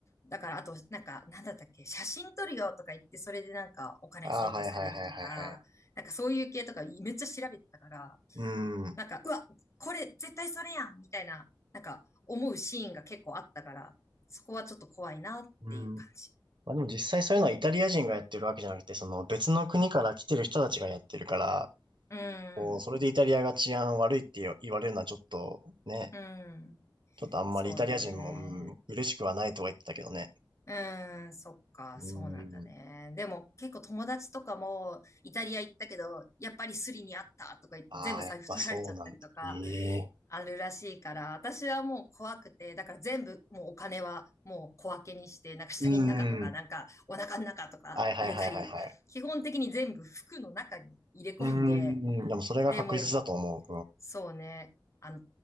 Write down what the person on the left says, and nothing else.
だからあと、なんか、なんだったっけ、写真撮るよとか言って、それでなんかお金請求されるとか、
なんかそういう系とかめっちゃ調べてたから、
なんか、うわ、これ絶対それやんみたいな、なんか思うシーンが結構あったから、そこはちょっと怖いなっていう感じ。
うん、
うん、
そうね。
うーん、そっか、
そうなんだね。でも結構友達とかもイタリア行ったけど、やっぱりスリにあったとか言って全部財布取られちゃったりとか
あるらしいから、私はもう怖くて、だから全部もうお金はもう小分けにして、なんか下着の中とか、
なんかお腹の中とか入れたり、
基本的に全部服の中に入れ込んで、
で、もうそうね。あの、